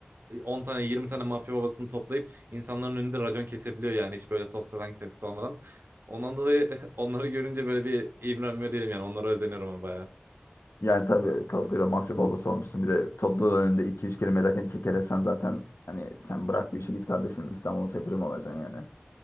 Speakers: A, on the right; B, on the left.
A: e, 10 tane 20 tane mafya babasını toplayıp insanların önünde racon kesebiliyor yani hiç böyle sosyal anksiyetesi olmadan. Ondan dolayı <laughs> onları görünce böyle bir imrenme değilim yani onlara özeniyorum ama bayağı.
B: Yani tabii koskoca mafya babası olmuşsun. Bir de topluluğun önünde iki üç kelime ederken kekelesen zaten hani sen bırak bu işi git kardeşim İstanbul'un sefiri mi olacaksın yani.